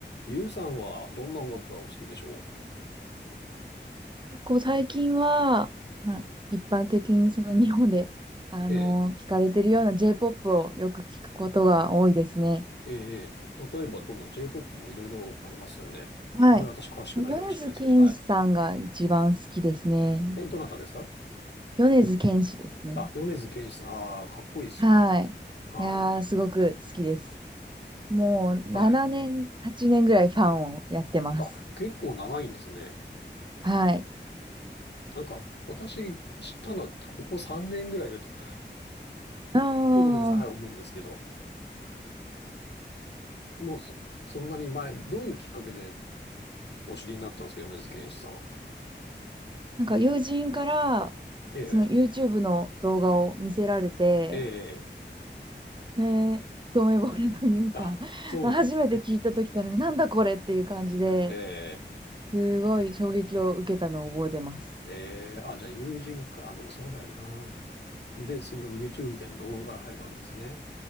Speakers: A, on the left; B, on the right.
A: ゆうさんはどんな音楽がお好きでしょ
B: 結構最近は、まあ、一般的にその日本で、<laughs> あの聞かれてるような
A: うええ、
B: J-POP をよく聞くことが多いですね。
A: ええ、例えばどんな J-POP もいろいろありますよね。
B: はい。
A: あんまり私詳しくないかもしれないですけど、
B: 米津玄師さんが一番好きですね。
A: はい。え、どなたですか
B: 米津玄師ですね。
A: あ、米津玄師さん。ああ、かっこいいですよね。
B: はい。
A: はい。
B: いやー、すごく好きです。もう7年、
A: はい。
B: 8年ぐらいファンをやってます。
A: あ、結構長いんですね。
B: はい。
A: なんか、私知ったのはここ3年ぐらいだと、
B: ああ
A: ごめんなさい、はい、思うんですけど、もうそ、そんなに前、どういうきっかけでお知りになったんですか、米津玄師さん。
B: なんか友人から、
A: ええ、
B: その YouTube の動画を見せられて、
A: ええ、
B: ねえ、一目惚れというか、
A: あ、
B: <laughs>
A: そうなんですね。
B: 初めて聞いた時から、なんだこれっていう感じで、
A: ええ。
B: すごい衝撃を受けたのを覚えてます。
A: えー、あ、じゃあ友人か。あ、でもそうだよな。で、その YouTube みたいな動画から入るわけですね。